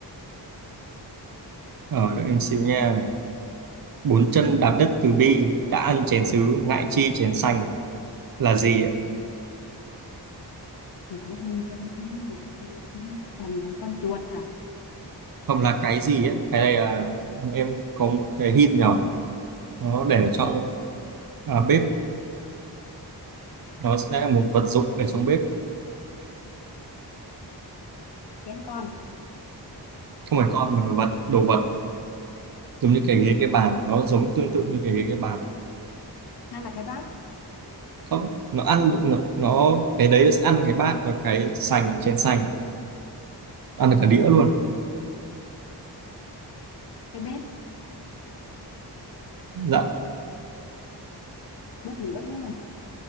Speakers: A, on the right; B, on the left.
A: Ở đợi em xíu nha. Bốn chân đạp đất từ bi, đã ăn chén sứ, ngại chi chén sành là gì ạ?
B: Dẫn em chén sứ lại chi chén sành là con chuột hả?
A: Không là cái gì á? Cái này là em có một cái hint nhỏ. Nó để ở trong à, bếp. Nó sẽ là một vật dụng để trong bếp.
B: Chén con.
A: Không phải con mà là vật, đồ vật. Giống như cái ghế, cái bàn. Nó giống tương tự như cái ghế, cái bàn.
B: Nó là cái bát,
A: Không, nó ăn, nó, nó cái đấy nó sẽ ăn cái bát và cái sành, chén sành ăn được cả đĩa luôn
B: cái bếp,
A: dạ
B: bếp lửa đúng không?